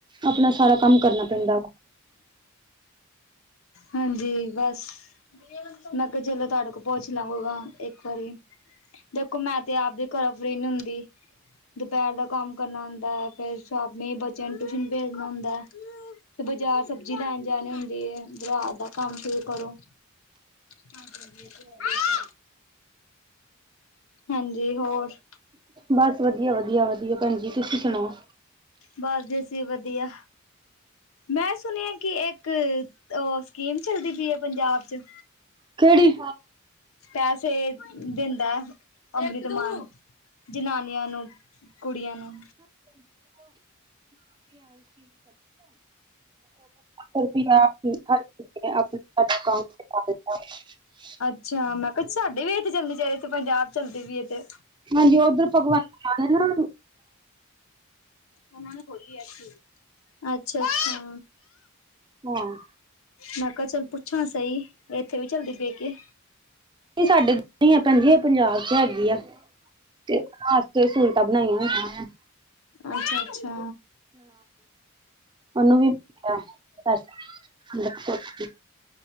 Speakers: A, on the right (about 20°); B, on the left (about 70°).
A: ਅਪਨਾ ਸਾਰਾ ਕੰਮ ਕਰਨਾ ਪੈਂਦਾ ਵਾ
B: ਹਾਂਜੀ ਬਸ। ਮੈਂ ਕਿਹਾ ਚਲੋਂ ਤੁਹਾਡੇ ਕੋਲ ਪੁੱਛ ਲਵਾ ਪ੍ਰੋਗਰਾਮ ਇੱਕ ਵਾਰੀ ਦੇਖੋ ਮੈਂ ਤੇ ਆਪਦੇ ਫਰੀ ਨੀ ਹੁੰਦੀ ਦੁਪਹਿਰ ਦਾ ਕੰਮ ਕਰਨਾ ਹੁੰਦਾ ਫੇਰ ਸ਼ਾਮੀ ਬੱਚ ਬੱਚਿਆ ਨੂੰ ਟਿਊਸ਼ਨ ਭੇਜਨਾ ਹੁੰਦਾ ਐ, ਫਿਰ ਬਾਜ਼ਾਰ ਸਬਜ਼ੀ ਲੈਣ ਜਾਣੀ ਹੁੰਦੀ ਐ, ਰਾਤ ਦਾ ਕੰਮ ਫਿਰ ਕਰੋ। <unintelligible> ਹਾਂਜੀ ਹੋਰ।
A: ਬਸ ਵਧੀਆ, ਵਧੀਆ, ਵਧੀਆ ਪੇਣਜੀ, ਤੁਸੀਂ ਸੁਨਾਓ।
B: ਬਸ ਜੀ ਅਸੀ ਵਧੀਆ, ਮੈਂ ਸੁਣਿਆ ਕਿ ਇੱਕ ਓਹ ਸਕੀਮ ਚਲਦੀ ਪਈ ਆ ਪੰਜਾਬ ਚ,
A: ਕਿਹੜੀ
B: ਪੈਸੇ ਦਿੰਦਾ ਅੰਮ੍ਰਿਤ ਮਾਨ ਜਨਾਨੀਆਂ ਨੂੰ। ਕੁੜੀਆਂ ਨੂੰ
A: <unintelligible>
B: ਅੱਛਾ, ਮੈਂ ਕਿਹਾ ਸਾਡੇ ਵੀ ਇੱਥੇ ਚਲਨੀ ਚਾਹੀਦੀ ਇੱਥੇ ਪੰਜਾਬ ਚ ਚੱਲਦੀ ਪਈ ਐ ਤੇ,
A: ਹਾਂਜੀ ਉਧਰ ਭਗਵੰਤ ਮਾਨ ਹੈ ਨਾ
B: ਉਹਨਾਂ ਨੇ ਖੋਲੀ ਐਸੀ। ਅੱਛਾ -ਅੱਛਾ,
A: ਹਾਂ
B: ਮੈ ਕਾ ਚਲ ਪੁੱ ਛਾਂ ਸਹੀ, ਏਥੇ ਵੀ ਚੱਲਦੀ ਪਈਏ ਕੇ?
A: ਸਾਡੇ ਤਾਂ ਨਈ ਆ ਭੈਣ ਜੀ ਇਹ ਪੰਜਾਬ ਚ ਹੈਗੀ ਐ। ਤੇ ਆਸਤੇ ਸਹੂਲਤਾਂ ਬਨਾਈਆਂ ਹੋਈਆਂ ਨੇ।
B: ਅੱਛਾ- ਅੱਛਾ।
A: ਉਹਨੂੰ ਵੀ ਪਤਾ ਬਸ <unintelligible>